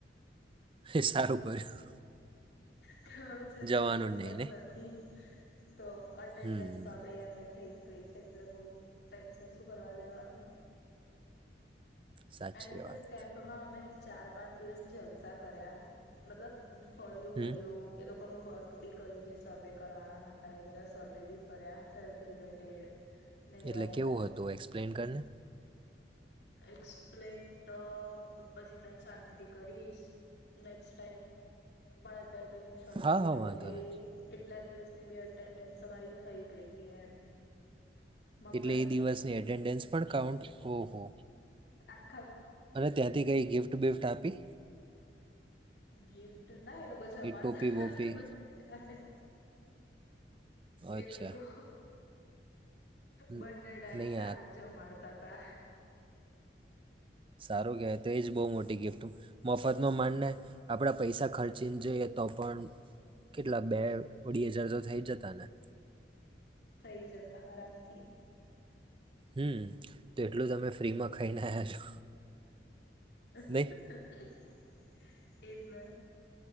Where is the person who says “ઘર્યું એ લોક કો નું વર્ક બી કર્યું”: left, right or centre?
Left